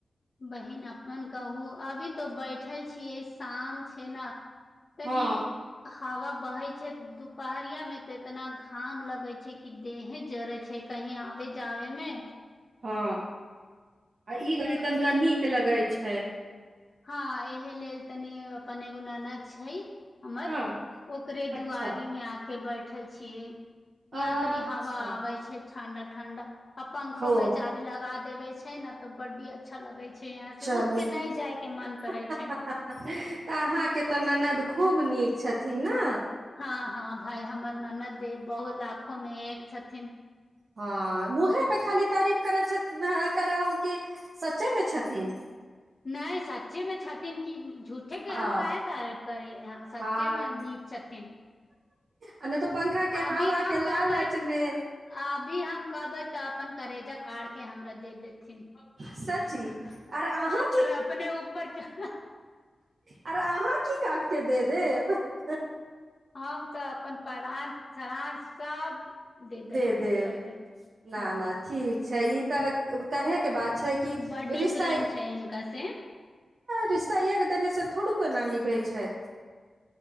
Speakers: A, on the left; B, on the right.
A: बहिन, अपन कहु अभी तो बैठल छियै शाम छै ना तनी
B: हँ
A: हवा बहै छै, दुपहरिया मे ते इतना घाम लगे छै कि देहे जरे छै कहीं आबे-जावे मे।
B: हां। आ ई घड़ी
A: तो
B: तनका नीक लगै छै।
A: हाँ एहे लेल तनी अपन एगो ननद छै। हमर
B: हँ
A: ओकरे दुआरी
B: अच्छा
A: में आके बै ठल छियै। इहाँ
B: अच्छा
A: तनी हवा आबै छै। ठण्डा-ठण्डा। आ पंखो
B: हो
A: बेचारी लगा देवे छै ने तऽ बड्डी अच्छा लगे छै इहाँ से
B: चलू
A: उठ के नै जाय के मन करे
B: तऽ
A: छै
B: -अहाँ के तऽ ननद खूब नीक। छथिन ने
A: हँ -हँ भाय हमर ननद देव बहुल। <unintelligible> लाखो मे एक छथिन। <unintelligible>
B: हँ मुहे प खाली। <unintelligible> तारीफ करै छथ ना आ करहु कि सचे मे छथिन।
A: नै सच्चे मे छथिन कि उम्म झूठे के
B: हँ
A: हम काहे तारीफ करियै, हाँ सच्चे
B: हँ
A: मे नीक छथिन।
B: आ नहि तो पंखा के
A: अभी
B: हवा
A: हम
B: के लालच
A: कहबै-
B: मे
A: अभी हम। <unintelligible> कहबै तऽ अपन करेजा का के हमरा। <unintelligible> दे देथिन <unintelligible>
B: सच्ची आर अहाँ
A: आर अपने ऊपर च।
B: आरे अहाँ की काटि कऽ द देब। <unintelligible>
A: आ। <unintelligible> तऽ अपन प्राण। <unintelligible> सान सब। <unintelligible> देबै
B: दे
A: हिनकर
B: -दे
A: कै
B: न-
A: हँ
B: न ठीक। अच्छा ई तऽ कहे के बात। <unintelligible> छै कि
A: बड्डी
B: रिश्ता
A: प्रेम छै हिनका से
B: -रिश्ता एक देने से थोड़ू केना निभे छै।